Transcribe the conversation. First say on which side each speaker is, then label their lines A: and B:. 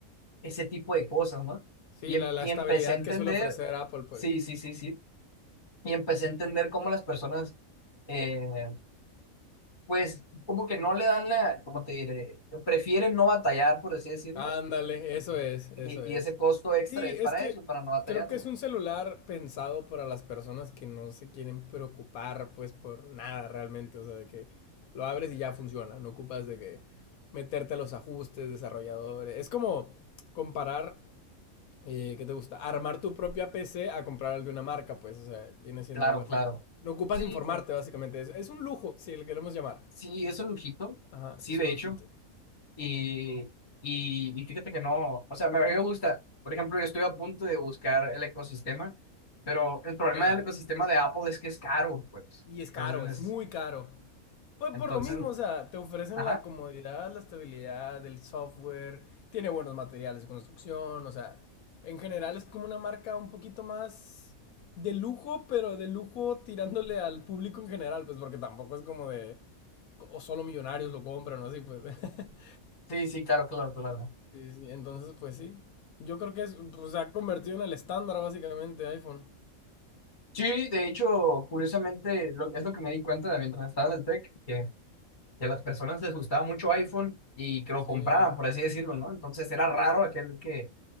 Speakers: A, on the left; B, on the left.
A: ese tipo de cosas, ¿no?
B: Sí,
A: Y, em-
B: la, la
A: y
B: estabilidad
A: empecé a entender,
B: que suele ofrecer Apple, pues.
A: sí, sí, sí, sí, y empecé a entender cómo las personas, eh, pues, como que no le dan la, ¿cómo te diré? Prefieren no batallar, por así decirlo,
B: Ándale, eso es, eso
A: Y,
B: es.
A: y ese costo extra
B: Sí,
A: es
B: es
A: para
B: que
A: eso, para no batallarlo.
B: creo que es un celular pensado para las personas que no se quieren preocupar, pues, por nada realmente. O sea, de que lo abres y ya funciona. No ocupas de que meterte a los ajustes, desarrolladores. Es como comparar, eh, ¿qué te gusta? Armar tu propia PC a comprar el de una marca, pues. O sea, viene siendo
A: Claro,
B: algo así,
A: claro.
B: pues. No ocupas
A: Sí,
B: informarte,
A: claro.
B: básicamente. Es, es un lujo, si le queremos llamar.
A: Sí, es un lujito.
B: Ajá,
A: Sí,
B: es
A: de
B: un
A: hecho.
B: lujito.
A: Y, y, y fíjate que no, o sea, me, a mí me gusta. Por ejemplo, yo estoy a punto de buscar el ecosistema, pero el problema
B: Ya.
A: del ecosistema de Apple es que es caro, pues.
B: Y es
A: Entonces,
B: caro, es
A: es-
B: muy caro. Pues
A: entonces,
B: por lo mismo, o sea, te ofrecen
A: ajá.
B: la comodidad, la estabilidad, el software, tiene buenos materiales de construcción, o sea, en general es como una marca un poquito más de lujo, pero de lujo tirándole al público en general, pues porque tampoco es como de, o solo millonarios lo compran o así, pues. <laughs>
A: Sí, sí, claro, claro, claro.
B: Sí, sí, entonces, pues sí. Yo creo que es, pues, se ha convertido en el estándar básicamente iPhone.
A: Sí, de hecho, curiosamente, lo- es lo que me di cuenta de mientras estaba en el tech, que a las personas les gustaba mucho iPhone y que lo
B: Sí.
A: compraban, por así decirlo, ¿no? Entonces era raro aquel que,